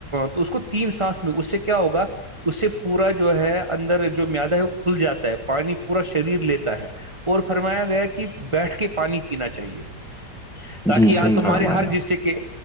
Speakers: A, on the right (about 20°); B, in the centre.
A: تو اس کو تین سانس میں اس سے کیا ہوگا اس سے پورا جو ہے اندر جو میادا ہے وہ کھل جاتا ہے پانی پورا شریر لیتا ہے اور فرمایا گیا کہ بیٹھ کے پانی پینا چاہیے تاکہ
B: جی
A: آ
B: صحیح
A: تمہارے
B: فرما
A: ہر
B: رہے ہیں
A: جسے
B: آپ
A: کے